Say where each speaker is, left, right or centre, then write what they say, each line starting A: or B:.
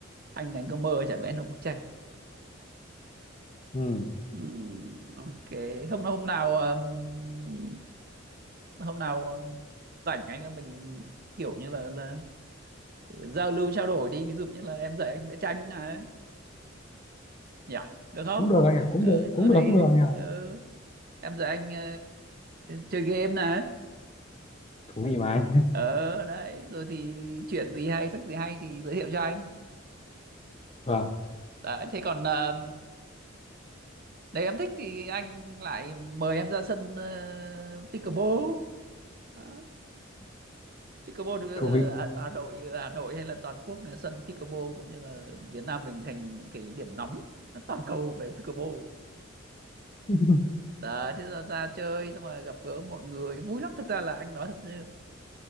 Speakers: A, on the right; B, on the left.
A: anh anh có mơ chả vẽ được bức tranh
B: ừ
A: ừ, ok hôm nào hôm nào ừm, hôm nào rảnh anh em mình kiểu như là là giao lưu trao đổi đi ví dụ như là em dạy anh vẽ tranh này nhỉ được không
B: cũng được anh ạ cũng
A: ờ,
B: được
A: rồi
B: cũng
A: thì
B: được cũng được anh ạ
A: ờ, em dạy anh ờ, chơi game này
B: thú vị mà anh <laughs>
A: ờ đấy rồi thì chuyện gì hay sách gì hay thì giới thiệu cho anh
B: vâng
A: đấy thế còn ờ, đấy em thích thì anh lại mời em ra sân ờ, pickleball Đó. pickleball thì, ờ,
B: thú vị
A: ở Hà Nội Hà Nội hay là toàn quốc là sân pickleball cũng như là Việt Nam mình thành những cái điểm nóng toàn cầu về pickleball
B: <laughs>
A: Đấy, thế là ra chơi xong rồi gặp gỡ mọi người vui lắm thực ra là anh nói thật chứ